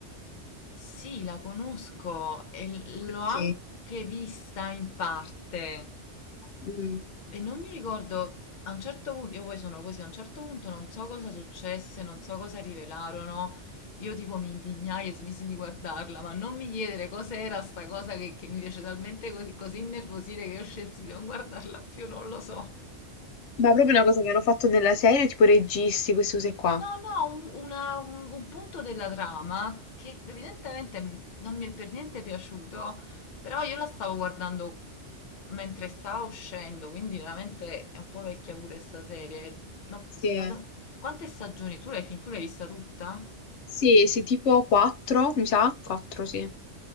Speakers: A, on the left; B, on the left.
A: Sì, la conosco e l- l'ho
B: Ok.
A: anche vista in parte
B: Mm.
A: e non mi ricordo a un certo punto, io poi sono così, a un certo punto non so cosa successe, non so cosa rivelarono, io tipo mi indignai e smisi di guardarla, ma non mi chiedere cos'era sta cosa che, che mi fece talmente così, così innervosire che io scelsi di non guardarla più, non lo so.
B: Ma proprio una cosa che hanno fatto nella serie, tipo registi, queste cose qua.
A: No, no, un, una- un- un punto della trama che evidentemente m- non mi è per niente piaciuto, però io la stavo guardando mentre stava uscendo, quindi veramente è un po' vecchia pure sta serie. No,
B: Sì.
A: pot-
B: eh.
A: quante stagioni? Tu l'hai fin- tu l'hai vista tutta?
B: Sì, sì, tipo 4, mi sa? 4, sì.